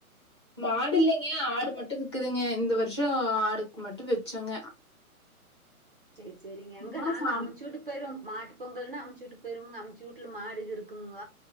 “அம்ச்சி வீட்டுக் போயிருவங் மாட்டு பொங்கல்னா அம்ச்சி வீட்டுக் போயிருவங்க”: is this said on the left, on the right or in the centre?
Right